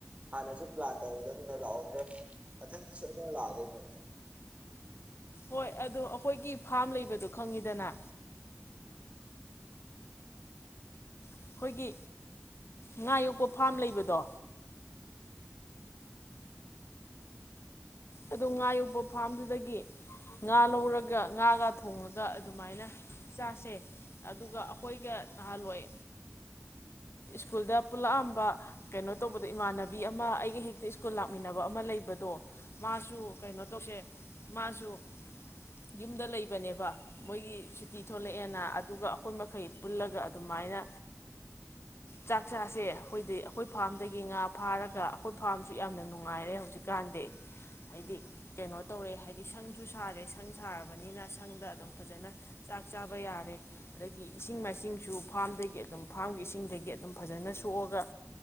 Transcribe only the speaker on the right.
ꯍꯥꯟꯅꯁꯨ ꯄ꯭ꯂꯥꯟ ꯇꯧꯍꯧꯗꯕꯅꯤꯅ ꯂꯥꯛꯍꯧꯗ꯭ꯔꯦ ꯃꯊꯪꯁꯤ ꯁꯣꯏꯗꯅ ꯂꯥꯛꯑꯗꯣꯏꯅꯣ